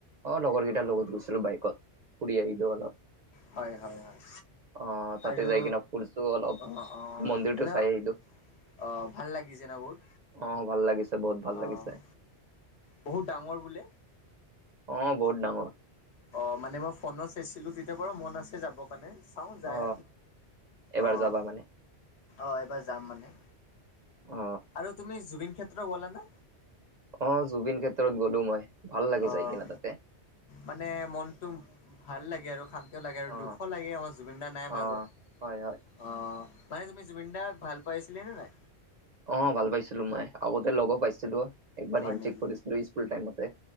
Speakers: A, on the right; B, on the left.
A: অ' লগৰ কেইটাৰ লগত গৈছিলো বাইকত ফুৰি আহিলো অলপ
B: হয় হয় হয়।
A: অ তাতে
B: আৰু
A: যাই কিনে ফুৰিছো অলপ
B: অ' অ'
A: মন্দিৰটো চাই আহিলো
B: অ' ভাল লাগিছে না বহুত
A: অ ভাল লাগিছে বহুত ভাল
B: অ'
A: লাগিছে
B: বহুত ডাঙৰ বোলে।
A: অ' বহুত ডাঙৰ।
B: অ' মানে মই ফোনত চাইছিলো তেতিয়া বাৰু মন আছে যাব কাৰণে চাওঁ যায়
A: অ এবাৰ
B: অ'
A: যাবা মানে
B: অ' এবাৰ যাম মানে।
A: অ
B: আৰু তুমি জুবিন ক্ষেত্ৰ গলা নে
A: অ' জুবিন ক্ষেত্ৰত গ'লো মই ভাল লাগি
B: অ',
A: যাই কিনা তাত।
B: মানে মনটো ভাল লাগে আৰু শান্তিও লাগে আৰু
A: অ
B: দুখো লাগে আমাৰ জুবিনদা নাই মাজত
A: অ হয় হয়
B: অ' মানে তুমি জুবিনদাৰ ভাল পাইছিলে নে নাই
A: অ' ভাল পাইছিলো মই আগতে লগো পাইছিলো একবাৰ
B: হয়
A: হেণ্ড
B: নেকি?
A: চেক কৰিছিলো স্কুল টাইমতে